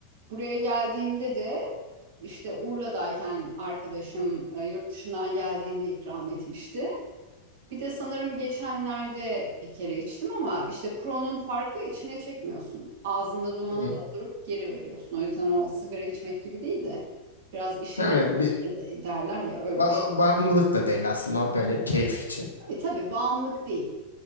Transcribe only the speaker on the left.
Hı.
Aynen. Bir
ba-
bağımlılık da değil aslında o böyle keyif için.